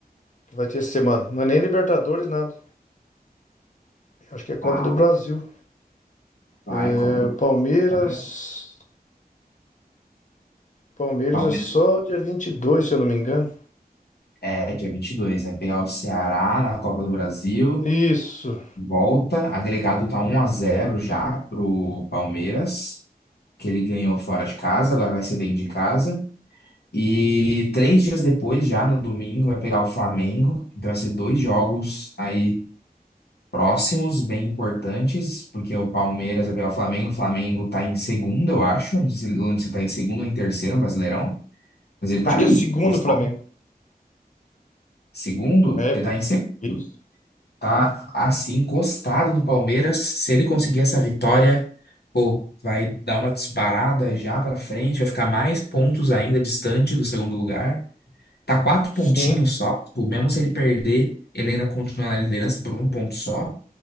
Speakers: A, on the left; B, on the left.
A: Que vai ter essa semana. Não é nem Libertadores, nada. Eu acho que é a Copa
B: Vai,
A: do Brasil.
B: vai,
A: É,
B: Copa do
A: o Palmeiras.
B: Palmeiras.
A: Palmeiras
B: Palmeiras
A: é só dia 22, se eu não me engano.
B: é dia vinte e dois vai pegar o Ceará na Copa do Brasil.
A: Isso.
B: Volta, agregado tá um a zero já pro Palmeiras, que ele ganhou fora de casa, agora vai ser dentro de casa. E três dias depois, já no domingo, vai pegar o Flamengo. Então vai ser dois jogos aí próximos, bem importantes, porque o Palmeiras vai pegar o Flamengo. O Flamengo tá em segundo, eu acho. Não sei se ele não sei se tá em segundo ou em terceiro, Brasileirão, mas ele tá
A: Acho
B: ali,
A: que é segundo
B: encostado.
A: o Flamengo.
B: Segundo,
A: É.
B: ele tá em segundo.
A: Isso.
B: tá assim encostado no Palmeiras. Se ele conseguir essa vitória, pô, vai dar uma disparada já pra frente, vai ficar mais pontos ainda distante do segundo lugar. Tá quatro pontinhos
A: Sim.
B: só, tipo, mesmo se ele perder, ele ainda continua na liderança por um ponto só.